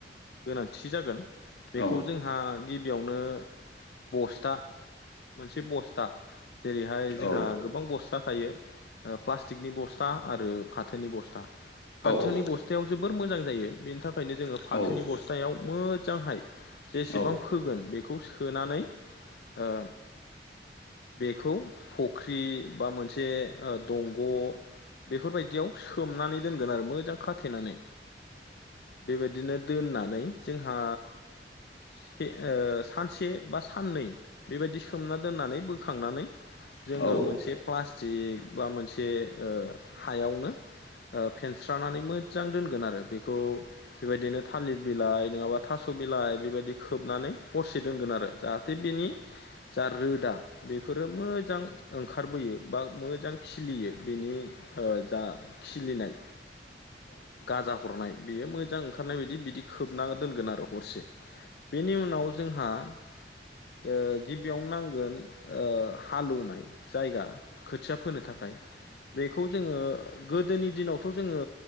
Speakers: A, on the left; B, on the left.
A: गोनांथि जागोन बेखौ
B: औ
A: जोंहा गिब बियावनो बस्था मोनसे बस्था जेरैहाय जोंहा
B: औ
A: गोबां बस् था थायो, ओ प्लास्टिकनि बस्था आरो फाथोनि बस्था। फाथोनि
B: औ औ।
A: बस्थायाव जोबोर मोजां जायो बेनि थाखायनो जोङो
B: औ
A: फाथोनि
B: औ
A: बस्थायाव मोजांहाय जेसेबां
B: औ
A: फोगोन बेखौ सोनानै ओ बेखौ फख्रि बा मोनसे ओ दंग' बेफोरबायदियाव सोमनानै दोनगोन आरो मोजां खाथेनानै बेबायदिनो दोननानै जोंहा से-ओ सानसे बा साननै बेबायदि सोमना दोननानै बोखांनानै
B: औ
A: जोङो मोनसे प्लास्ट टिक बा मोनसे ओ हायावनो ओ फेनस्रानानै मोज जां दोनगोन आरो बेखौ बेबायदिनो थालिर बिलाइ नङाबा थास' बिलाइ बेबायदि खोबनानै हरसे दोनगोन आरो जाहाथे बेनि जा रोदा बेफोरो मोजां ओंखारबोयो बा मोजां खिलियो। बिनि ओ जा खिलिनाय गाजा हरनाय बेयो मोजां ओंखारनाय बादि बिदि खोबना दोनगोन आरो हरसे, बेनि उनाव जोंहा ओ गिबियावनो नांगोन ओ हालौनाय जायगा। खोथिया फोनो थाखाय बेखौ जोङो गोदोनि दिनावथ' जोङो